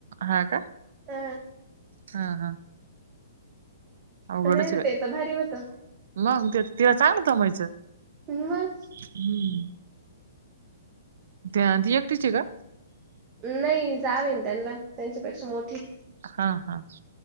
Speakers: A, on the right; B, on the right.
A: हा का?
B: आ
A: हा हा अवघडच
B: नई
A: आहे
B: ना...
A: बाई.
B: तेे तर भारी बोलतात
A: मग... ते... ते तर चांगलं कमवायचं...
B: मग
A: हम्म ते... अन... ती एकटीच ए का?
B: नई... जाव है ना त्यांना... त्यांच्यापेक्षा मोठी
A: हा हा